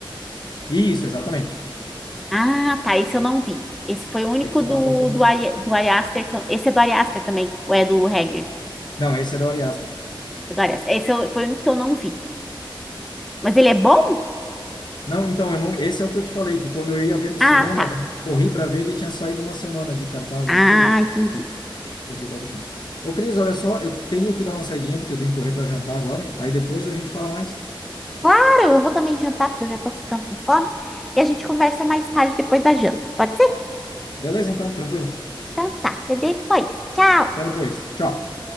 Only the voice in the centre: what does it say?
Ah, tá, esse eu não vi. Esse foi o único
do,
do, Ari, do Ari Aster que eu- Esse é do Ari Aster também, ou é do Eggers?
É do Ari Aster. Esse eu- foi o único que eu não vi. Mas ele é bom?
Ah,
tá.
Ah,
entendi.
Claro, eu vou também jantar, porque eu já tô ficando com fome. E a gente conversa mais tarde, depois da janta. Pode ser?
Então tá, até depois. Tchau!